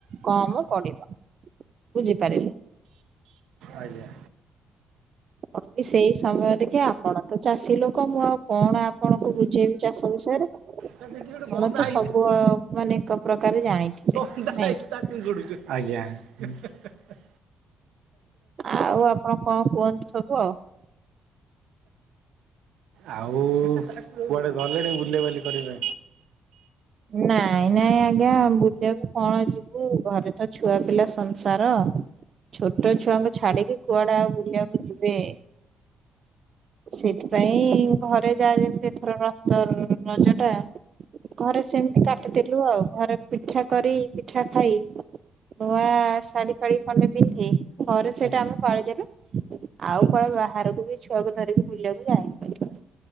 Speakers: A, on the right (about 50°); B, on the right (about 80°).
A: କମ ପଡିବ। ବୁଝିପାରିଲେ?
B: ଆଜ୍ଞା।
A: ଅତି ସେଇ ସମୟ ଦେଖେ ଆପଣ ତ ଚାଷୀ ଲୋକ ମୁଁ ଆଉ କଣ? କଣ କହୁଛି <unintelligible> ଚାଷ ବିଷୟ ରେ? <unintelligible>
B: ତା ଦେଖି ଗୋଟେ ବନ୍ଦା
A: ତ
B: ହେଇଛି
A: ସବୁ ମାନେ ଏକ ପ୍ରକାର ଜାଣିଥିବେ
B: ବନ୍ଦା
A: ନାଇକି?
B: ହେଇଛି ତାକୁ ଆଜ୍ଞା। <unintelligible>
A: ଆଉ ଆପଣ କଣ କୁହନ୍ତୁ ସବୁ ଆଉ
B: ଆଉ କୁଆଡେ ଗଲେଣି ବୁଲେବାଲି କରିବେ?
A: ନାଇଁ ନାଇଁ ଆଜ୍ଞା। ବୁଲିବାକୁ କଣ ଯିବି। ଘରେ ତ ଛୁଆ ପିଲା ସଂସାର। ଛୋଟ ଛୁଆଙ୍କୁ ଛାଡିକି କୁଆଡେ ଆଉ ବୁଲିବାକୁ ଯିବେ। ସେଥିପାଇଁ ଘରେ ଯା ଯେମିତି ଏଥର <unintelligible> ରଜ ଟା। ଘରେ ସେମିତି କାଟିଦଲୁ ଆଉ ଘରେ ପିଠା କରି ପିଠା ଖାଇ ନୂଆ ଶାଢ଼ୀ ଫାଡି ଖଣ୍ଡେ ପିନ୍ଧି। ଘରେ ସେଇଟା
B: ଆଜ୍ଞା
A: ଆମେ ପାଳି ଦେଲୁ ଆଉ କୁଆଡ଼େ ବାହାରକୁ ବି ଛୁଆକୁ ଧରିକି ବୁଲିବାକୁ ଯାଇନି।